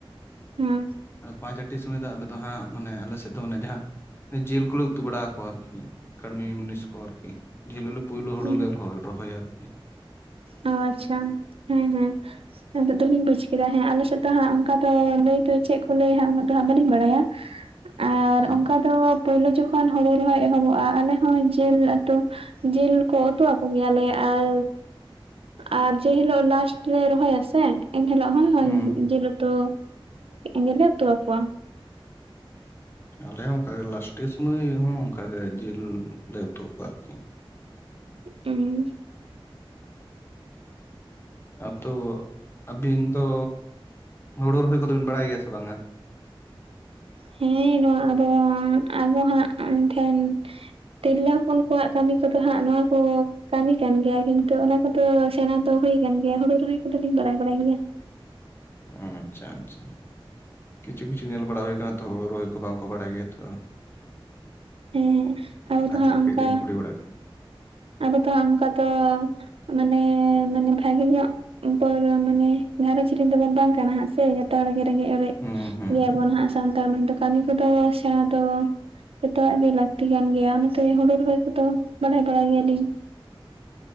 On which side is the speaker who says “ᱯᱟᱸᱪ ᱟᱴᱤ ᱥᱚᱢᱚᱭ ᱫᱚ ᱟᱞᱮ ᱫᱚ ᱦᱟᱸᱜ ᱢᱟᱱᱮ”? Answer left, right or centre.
Left